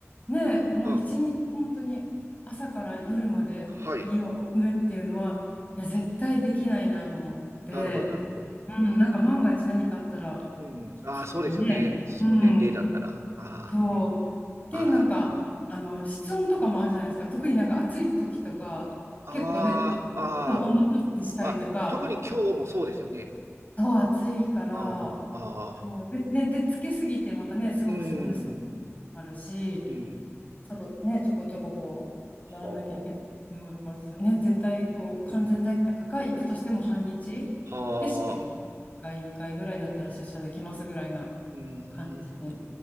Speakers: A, on the left; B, on the right.
A: ね、もう一日本当に朝から夜まで家を空けるっていうのは、
B: うん。はい。
A: いや、絶対できないなと思って、
B: なるほど、なるほど。
A: うん、なんか万が一何かあったら、
B: うん。ああ、
A: すぐにね、
B: そうですよね。その年齢だったら。
A: うん、
B: ああ、
A: そう。で、
B: あ
A: なんか、あの、室温とかもあるじゃないですか。特になんか暑い時とか、
B: あ、
A: 結構ね、
B: ああ、
A: そう温度調節したりとか、
B: あ特に今日もそうですよね。
A: そう、暑いから、
B: ああ、
A: そう、
B: ああ、
A: で、ね、で、つけすぎてまたね、すごく寒さも
B: うん、
A: あるし、
B: うん。
A: ちょろ、ね、ちょこちょここう、やらなきゃいけないのがあるから、
B: はあ、
A: ちょっとね、絶対こう、完全在宅か、
B: うん。
A: 行くとしても半日で、
B: はあ、
A: 週に1回、2回ぐらいだったら出社できますぐらいな
B: うん。
A: 感じで、
B: へ